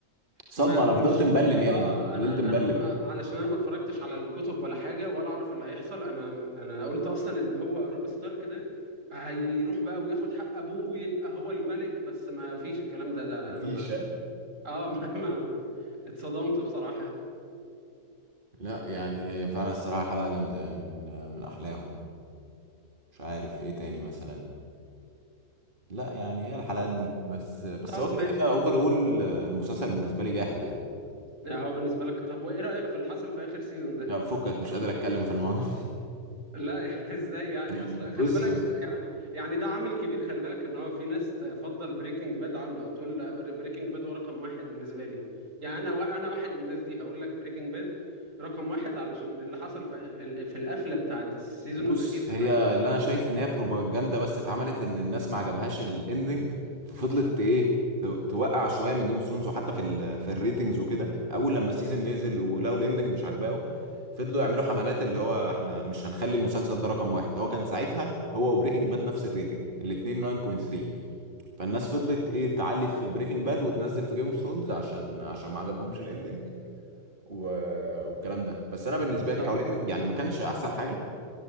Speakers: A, on the right (about 35°); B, on the right (about 55°).
A: صدمه
B: ما
A: انا
B: كنتش
A: فضلت مبلم
B: متخيل
A: يا
B: أه
A: ابني فضلت
B: أنا أنا
A: مبلم
B: أنا ما كنت علشان أنا ما اتفرجتش على الكتب ولا حاجة ولا أعرف اللي هيحصل أنا أنا قلت أصلا إن هو روب ستارك ده هيروح بقى وياخد حق أبوه ويبقى هو الملك بس ما فيش الكلام ده ده
A: مفيش
B: أنا ما
A: ها؟
B: أه <laughs> ما, ما اتصدمت بصراحة
A: لا يعني هي فعلا الصراحه حلقه جامده يعني من من احلاهم مش عارف ايه تاني مثلا لا يعني هي الحلقات دي بس بس
B: طب
A: هو كده
B: ماشي
A: كده اوفر اول المسلسل بالنسبه لي جاحد يعني
B: ده هو بالنسبة لك طب وإيه رأيك في اللي حصل في آخر سيزون ده؟
A: لا، فكك مش قادر اتكلم في الموضوع
B: لا <laughs> ازاي يعني
A: <laughs>
B: اصل خلي
A: بص
B: بالك
A: بص
B: يعني يعني ده عامل كبير خلي بالك ان هو في ناس تفضل بريكنج باد عنه او تقول لا بريكنج باد هو رقم واحد بالنسبه لي يعني انا وا- انا واحد من الناس دي هقول لك بريكنج باد رقم واحد علشان اللي حصل في في القفله بتاعت السيزون
A: بص
B: الاخير بتاع
A: هي
B: جيم اوف ثرونز
A: اللي انا شايف
B: ده
A: ان هي بروباجندا بس اتعملت ان الناس ما عجبهاش الاندنج ففضلت ايه ت- توقع شويه من جيم اوف ثرونز وحتى في ال في الريتنجز وكده اول لما السيزون نزل ولقوا الاندنج مش عاجباهم فضلوا يعملوا حملات اللي هو احنا مش هنخلي المسلسل ده رقم واحد هو كان ساعتها هو وبريكنج باد نفس الريتنج الاتنين 9.3 فالناس فضلت ايه تعلي في بريكنج باد وتنزل في جيم اوف ثرونز عشان عشان ما عجبهمش الاندنج و... والكلام ده بس انا بالنسبه لي
B: طب
A: او الاندنج يعني ما كانش احسن حاجه